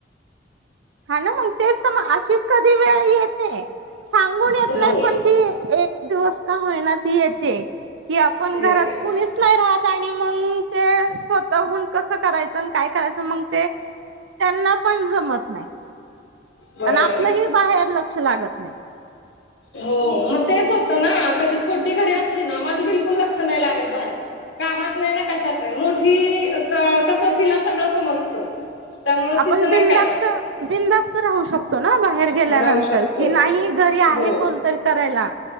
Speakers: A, on the right (about 90°); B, on the left (about 75°).
A: हा ना मग तेच तर मग अशी कधी वेळ येते सांगून येत
B: हो
A: नाही पण ती एक... एक दिवस का होईना ती येते कि आपण घरात
B: येतेच.
A: कोणीच... नाही राहत आणि मंग ते स्वतःहून कसं करायचं न काय... करायच मग ते त्यांना पण जमत नाही.
B: बरोबर
A: आणि आपलंही
B: आहे
A: बाहेर लक्ष लागत नाही.
B: हो मग तेच होतं ना कधी छोटी घरी असली ना माझं बिलकुल लक्ष नाही लागत बाहेर. कामात नाही ना कशात नाही मोठी कसं तिला सगळं समजतं. त्यामुळे
A: आपण
B: तिचं नाही
A: बिंदास्त
B: काय वाटत
A: बिंदास्त राहू शकतो ना बाहेर गेल्यानंतर
B: राहू शकतो
A: की नाही घरी आहे
B: हो
A: कोण... कोण करायला